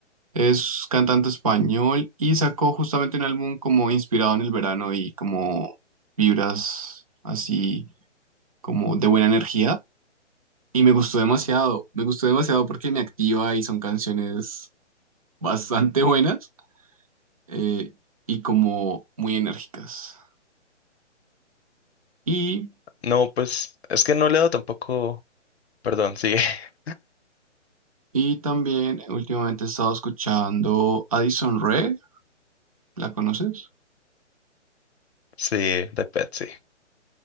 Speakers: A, on the right; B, on the left.
A: Es cantante español y sacó justamente un álbum como inspirado en el verano y como vibras así como de buena energía. Y me gustó demasiado, me gustó demasiado porque me activa y son canciones bastante buenas eh, y como muy enérgicas. Y
B: No, pues es que no leo tampoco... Perdón, sí. <laughs>
A: Y también eh, últimamente he estado escuchando Addison Rae, ¿la conoces?
B: Sí, de Pet, sí.